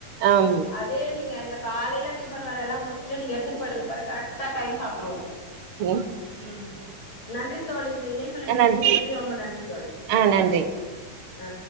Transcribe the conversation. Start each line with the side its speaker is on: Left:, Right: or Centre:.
Right: ஆம்
Left: அதே நீங்க இந்தக் காலைல டிஃபன் வேலையெல்லா முடிச் ச்டு நீங்க எடுத்துன் போய்டுங் பார கரெக்டா டைம் சாப்ட்ருவோ
Right: ம்
Left: ம் நன்றித் தோழி இந்த இணைப்புல நீங்க
Right: அ நன்
Left: இணைந்ததுக்கு ரொம்ப நன்றித் தோழி ம்
Right: ஆ நன்றி
Left: அ